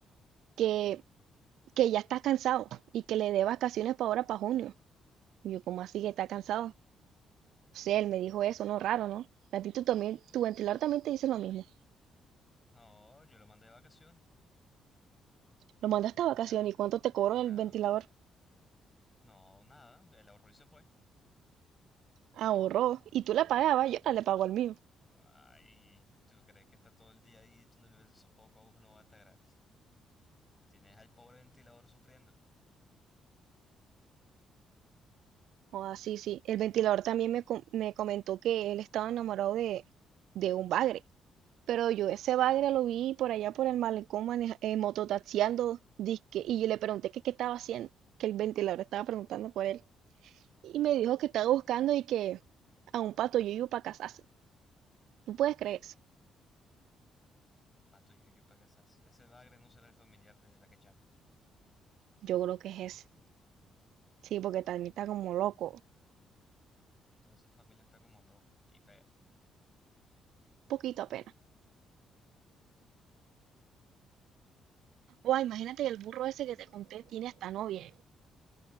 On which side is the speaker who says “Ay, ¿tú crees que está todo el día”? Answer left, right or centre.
Left